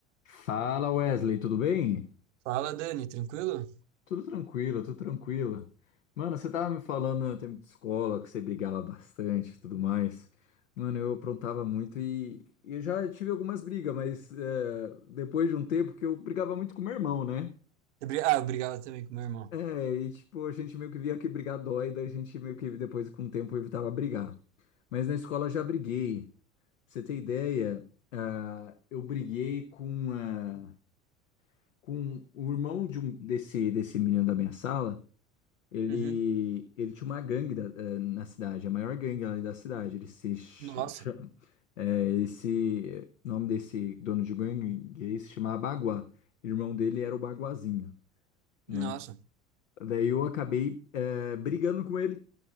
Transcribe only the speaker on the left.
Fala Wesley, tudo bem?
Tudo tranquilo, tudo tranquilo. Mano, você tava me falando no tempo de escola que você brigava bastante e tudo mais. Mano, eu aprontava muito e, e eu já tive algumas brigas, mas é, depois de um tempo que eu brigava muito com meu irmão, né?
É, e tipo, a gente meio que via que brigar dói, daí a gente meio que depois com o tempo evitava brigar. Mas na escola eu já briguei. Pra você ter ideia, ah, eu briguei com. uma. com o irmão de um desse desse menino da minha sala, ele
ele tinha uma gangue da- eh, na cidade, a maior gangue ali da cidade. Ele se ch-
cha- eh, esse nome desse dono de gangue gay se chamava Baguá. O irmão dele era o Baguazinho, né?
Daí eu acabei eh, brigando com ele, pra